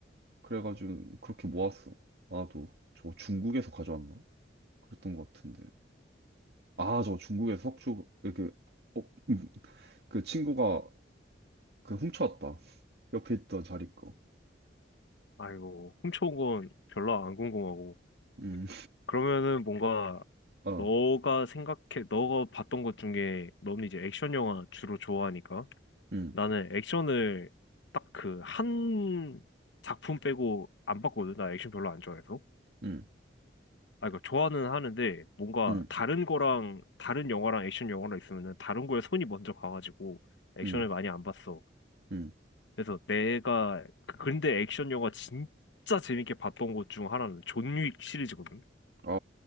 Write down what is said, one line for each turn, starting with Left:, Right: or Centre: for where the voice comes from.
Right: 그래가지고 그렇게 모았어. 나도 저 중국에서 가져왔나? 그랬던 것 같은데. 아, 저 중국에서 석주, 이렇게, 어, 음, 그 친구가 그 훔쳐왔다. 옆에 있던 자리 거.
Left: 아이고, 훔쳐온 건 별로 안 궁금하고.
Right: 음,
Left: 그러면은 뭔가,
Right: 어,
Left: 너가 생각해, 너가 봤던 것 중에, 너는 이제 액션 영화 주로 좋아하니까.
Right: 음,
Left: 나는 액션을 딱 그 한 작품 빼고 안 봤거든. 나 액션 별로 안 좋아해서.
Right: 음,
Left: 아, 그러니까 좋아는 하는데, 뭔가
Right: 음,
Left: 다른 거랑, 다른 영화랑 액션 영화랑 있으면은 다른 거에 손이 먼저 가가지고, 액션을
Right: 음,
Left: 많이 안 봤어.
Right: 음.
Left: 그래서 내가 그- 근데 액션 영화 진짜 재밌게 봤던 것 중 하나는 존 윅 시리즈거든.
Right: 아,